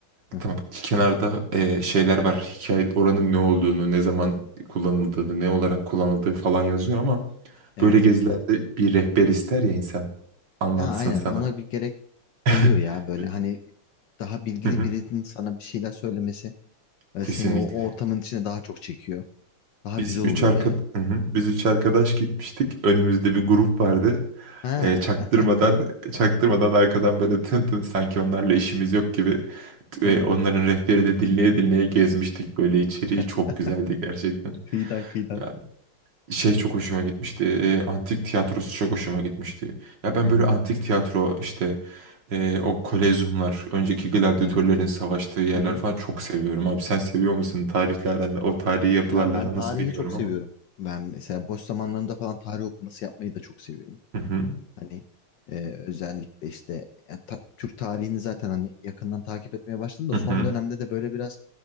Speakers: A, on the left; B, on the right.
A: Hı hı.
B: Tamam kenarda eee, şeyler var. Hikaye oranın ne olduğunu, ne zaman kullanıldığını, ne olarak kullanıldığı falan yazıyor ama
A: Evet.
B: böyle gezilerde bir rehber ister ya insan anlatsın
A: Ya aynen
B: sana.
A: ona bir gerek
B: <laughs>
A: oluyor ya böyle hani daha bilgili
B: Hı hı,
A: birinin sana bir şeyler söylemesi e,
B: Kesinlikle.
A: seni o, o ortamın içine daha çok çekiyor. Daha
B: Biz
A: güzel oluyor
B: üç arka
A: yani.
B: Hı hı. biz üç arkadaş gitmiştik. Önümüzde bir grup vardı.
A: Ha.
B: Ee, çaktırmadan
A: <laughs>
B: çaktırmadan arkadan böyle tın tın sanki onlarla işimiz yok gibi t-
A: He.
B: e, onların rehberi de dinleye dinleye gezmiştik böyle içeriği
A: <laughs>
B: çok güzeldi gerçekten.
A: Kıyıdan kıyıdan.
B: Ya şey çok hoşuma gitmişti. e, antik tiyatrosu çok hoşuma gitmişti. Ya ben
A: Hı hı.
B: böyle antik tiyatro işte e, o kolezyumlar, önceki gladyatörlerin
A: Evet.
B: savaştığı yerler
A: Hı hı.
B: falan çok seviyorum abi. Sen seviyor musun tarihlerden o tarihi yapılarla
A: Ya ben
B: aran
A: tarihi
B: nasıl bilmiyorum
A: çok seviyorum.
B: ama.
A: Ben mesela boş zamanlarımda falan tarih okuması yapmayı da çok seviyorum.
B: Hı hı.
A: Hani e, özellikle işte ya ta- Türk tarihini zaten hani yakından takip etmeye başladım da
B: Hı
A: son
B: hı.
A: dönemde de böyle biraz